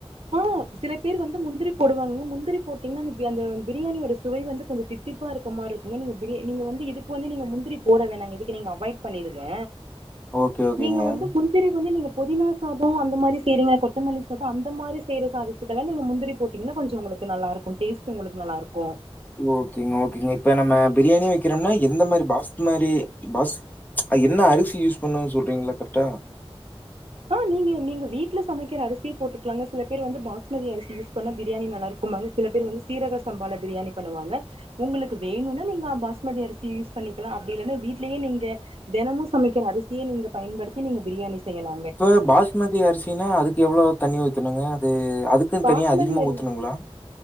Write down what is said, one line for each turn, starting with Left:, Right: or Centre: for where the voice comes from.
Right: ஆ சில பேர் வந்து முந்திரி போடுவாங்க முந்திரி போட்டீங்னா அந்த பெ அந்த பிரியாணியோட சுவை வந்து கொஞ்சோ தித்திப்பா இருக்க மார்ருக்குங்க நீங்க பிரி நீங்க வந்து இதுக் வந்து நீங்க முந்திரி போட வேணாங்க இதுக்கு நீங்க அவாய்ட் பண்ணிருங்க
Left: ஓகே ஓகேங்க
Right: நீங்க வந்து முந்திரி வந்து நீங்க புதினா சாதோ அந்த மாரி செய்றீங்க கொத்தமல்லி சாதோ அந்த மாரி செய்யற சாதத்துக்கெல்லா நீங்க முந்திரி போட்டீங்கனா கொஞ்சோ உங்களுக்கு நல்லாருக்கு டேஸ்ட் உங்களுக்கு நல்லா இருக்கு
Left: ஓகேங்க ஓகேங்க இப்ப நம்ம பிரியாணி வெக்கிறம்னா எந்த மாரி பாஸ்த் மாரி பாஸ் அத் என்ன அரிசி யூஸ் பண்ணு சொல்றீங்களா கரெட்டா
Right: ஆ நீங்க நீங்க வீட்ல சமைக்கிற அரிசியே போட்டுக்குலாங்க சில பேர் வந்து பாஸ்மதி அரிசி யூஸ் பண்ணா பிரியாணி நல்லாருக்கும்பாங்க சில பேர் வந்து சீரக சம்பால பிரியாணி பண்ணுவாங்க உங்குளுக்கு வேணுன்னா நீங்க பாஸ்மதி அரிசி யூஸ் பண்ணிக்கலா அப்டி இல்லன்னா வீட்லயே நீங்க தெனமு சமைக்கிற அரிசியே நீங்க பயன்படுத்தி நீங்க பிரியாணி செய்யலா
Left: இப்போ பாஸ்மதி அரிசினா அதுக் எவ்ளோ தண்ணி ஊத்துணுங்க அது அதுக்குன்
Right: பாஸ்மதி
Left: தனியா அதிகமா
Right: அரி
Left: ஊத்தணுங்ளா